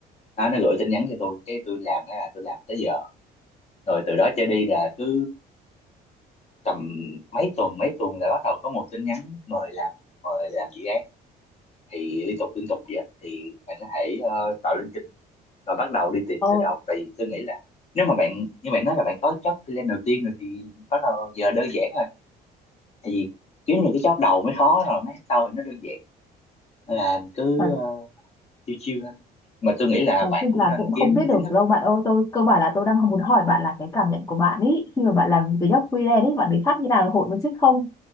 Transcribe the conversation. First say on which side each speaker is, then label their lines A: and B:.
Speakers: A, on the left; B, on the left.
A: đó nó gửi tin nhắn cho tôi cái tôi làm đó là tôi làm tới giờ rồi từ đó trở đi là cứ tầm mấy tuần mấy tuần là bắt đầu có một tin nhắn mời làm mời làm dự án thì liên tục liên tục vậy thì bạn có thể ờ, tạo lên kênh và bắt đầu đi tìm
B: ồ
A: từ đầu tại vì tôi nghĩ là nếu mà bạn như bạn nói là bạn có job freelance đầu tiên rồi thì bắt đầu giờ đơn giản rồi tại vì kiếm những cái job đầu mới khó rồi mấy sau thì nó đơn giản Nên là cứ
B: nói,
A: ờ, chill chiêu thôi mà tôi nghĩ là
B: nói
A: bạn
B: chung
A: cũng
B: là
A: nên
B: cũng không
A: kiếm
B: biết được
A: chính thức
B: đâu bạn ơi tôi cơ bản là tôi đang không muốn hỏi bạn là cái cảm nhận của bạn ấy khi mà bạn làm cái job freelance ấy bạn bị khác như nào hội viên chức không